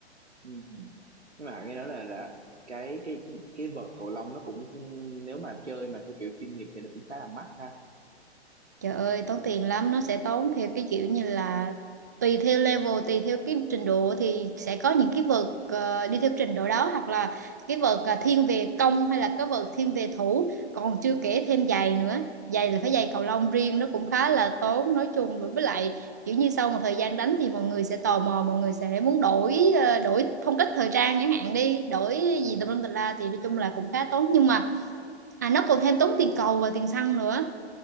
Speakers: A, on the right; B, on the right.
A: Ừ. nhưng mà họ nghe nói là là cái cái cái vợt cầu lông nó cũng nếu mà chơi mà theo kiểu chuyên nghiệp thì nó cũng khá là mắc ha
B: Trời ơi, tốn tiền lắm, nó sẽ tốn theo cái kiểu như là tùy theo level, tùy theo cái trình độ thì sẽ có những cái vợt ờ, đi theo trình độ đó hoặc là cái vợt ờ, thiên về công hay là cái vợt thiên về thủ, còn chưa kể thêm giày nữa. Giày là phải giày cầu lông riêng nó cũng khá là tốn nói chung rồi với lại kiểu như sau một thời gian đánh thì mọi người sẽ tò mò, mọi người sẽ muốn đổi ờ, đổi phong cách thời trang chẳng hạn đi, đổi
A: ừ.
B: gì tùm lum tùm la thì nói chung là cũng khá tốn nhưng mà à nó còn thêm tốn tiền cầu và tiền xăng nữa